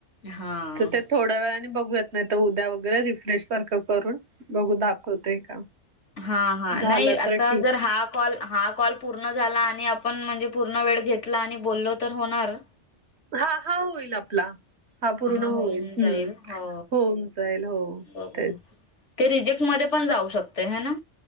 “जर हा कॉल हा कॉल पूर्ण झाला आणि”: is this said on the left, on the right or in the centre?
Left